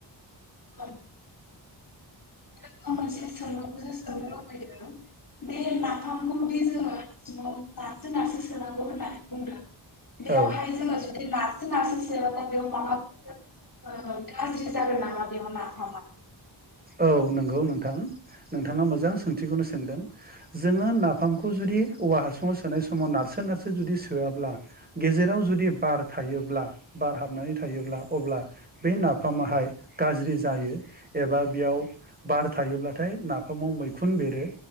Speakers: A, on the left; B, on the right.
A: <unintelligible> जोङो मोनसे सोंलुखौसो सोंनो लुबैदों दे नाफामखौ दे जोङो सिङाव नारसो नारसो सोनांगौ होननानै बुंदों बेयावहाय
B: औ
A: जोङो जुदि ना सो नारसो सोआब्ला बेयाव माबाफोर गाज्रि जागोन नामा बेयाव नाफामा?
B: औ नंगौ नोंथां नोंथाङा मोजां सोंथिखौनो सोंदों जोङो नाफामखौ जुदि औवा हासुङाव सोनाय समाव नारसो नारसो जुदि सोआब्ला गेजेराव जुदि बार थायोब्ला बार हाबनानै थायोब्ला अब्ला बे नाफामाहाय गाज्रि जायो। एबा बेयाव बार थायोब्लाथाय नाफामाव मैखुन बेरो